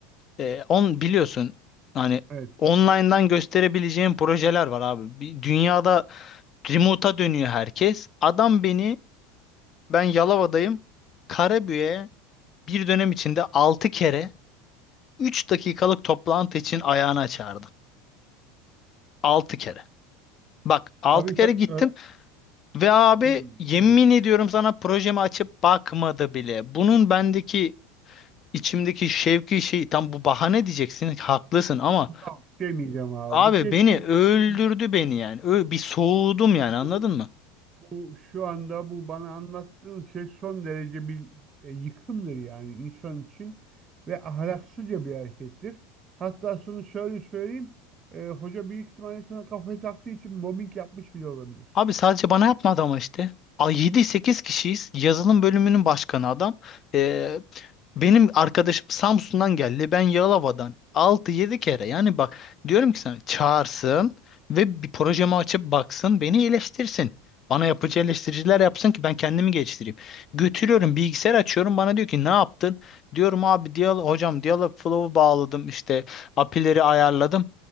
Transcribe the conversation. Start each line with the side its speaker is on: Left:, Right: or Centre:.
Left: e, on biliyorsun hani
Right: Evet.
Left: online'dan gösterebileceğim projeler var abi. Bir- Dünyada remote'a dönüyor herkes. Adam beni ben Yalova'dayım. Karabük'e bir dönem içinde altı kere 3 dakikalık toplantı için ayağına çağırdı. 6 kere. Bak 6
Right: Abi
Left: kere
Right: sen
Left: gittim
Right: öğre-
Left: ve abi
Right: Hmm,
Left: yemin
Right: evet.
Left: ediyorum sana projemi açıp bakmadı bile. Bunun bendeki içimdeki şevki şey tam bu bahane diyeceksin haklısın ama
Right: Yok demeyeceğim abi.
Left: abi
Right: Bu kesinlikle
Left: beni öldürdü
Right: bir,
Left: beni yani. Ö- bir soğudum yani anladın
Right: bu,
Left: mı?
Right: bu şu anda bu bana anlattığın şey son derece bir e, yıkımdır yani insan için ve ahlaksızca bir harekettir. Hatta şunu şöyle söyleyeyim. e, hoca büyük ihtimalle sana kafayı taktığı için mobbing yapmış bile olabilir.
Left: Abi sadece bana yapmadı ama işte. A yedi sekiz kişiyiz. Yazılım bölümünün başkanı adam. Ee, Benim arkadaşım Samsun'dan geldi. Ben Yalova'dan. altı yedi kere. Yani bak diyorum ki sana çağırsın ve bir projemi açıp baksın beni eleştirsin. Bana yapıcı eleştiriciler yapsın ki ben kendimi geliştireyim. Götürüyorum bilgisayar açıyorum bana diyor ki ne yaptın? Diyorum abi diyalog, hocam diyalog flow'u bağladım işte apileri ayarladım.